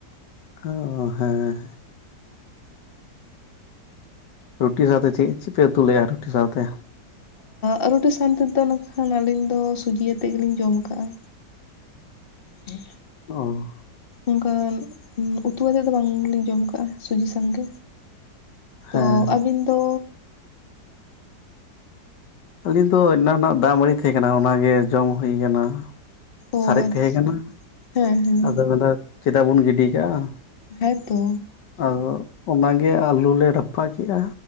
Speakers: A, on the left (about 80°); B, on the left (about 35°).
A: ᱚ ᱦᱮᱸ ᱨᱩᱴᱤ ᱥᱟᱶᱛᱮ ᱪᱮᱫ ᱪᱮᱫ ᱯᱮ ᱩᱛᱩᱞᱮᱫᱼᱟ ᱨᱩᱴᱤ ᱥᱟᱶᱛᱮ
B: ᱟ ᱨᱩᱴᱤ ᱥᱟᱶᱛᱮ ᱛᱮᱫᱚ ᱱᱟᱜᱠᱷᱟᱱ ᱟᱹᱞᱤᱧ ᱫᱚ ᱥᱩᱡᱤᱛᱮᱫ ᱜᱮᱞᱤᱧ ᱡᱚᱢ ᱟᱠᱟᱟᱜᱼᱟ ᱦᱮᱸ
A: ᱚ
B: ᱚᱱᱠᱟᱱ ᱩᱛᱩ ᱟᱛᱮᱫ ᱫᱚ ᱵᱟᱝᱞᱤᱧ ᱡᱚᱢ ᱟᱠᱟᱜᱼᱟ ᱥᱩᱡᱤ ᱥᱟᱝᱜᱮ ᱛᱚ
A: ᱦᱮᱸ
B: ᱟᱹᱵᱤᱱ ᱫᱚ
A: ᱟᱹᱞᱤᱧ ᱫᱚ ᱮᱱᱟᱝ ᱱᱟᱜ ᱫᱟᱜ ᱢᱟᱹᱰᱤ ᱛᱟᱦᱮᱸ ᱠᱟᱱᱟ ᱚᱱᱟᱜᱮ ᱡᱚᱢ ᱦᱩᱭ ᱟᱠᱟᱱᱟ
B: ᱚ
A: ᱥᱟᱨᱮᱡ
B: ᱟᱪᱪᱷᱟ
A: ᱛᱟᱦᱮᱸ ᱠᱟᱱᱟ
B: ᱦᱮᱸ ᱦᱮᱸ
A: ᱟᱫᱚ ᱢᱮᱱᱫᱟ ᱪᱮᱫᱟᱜ ᱵᱚᱱ ᱜᱤᱰᱤ ᱠᱟᱜᱼᱟ
B: ᱦᱮ ᱛᱚ
A: ᱟᱫᱚ ᱚᱱᱟᱜᱮ ᱟᱹᱞᱩ ᱞᱮ ᱨᱟᱯᱟ ᱠᱮᱜᱼᱟ᱾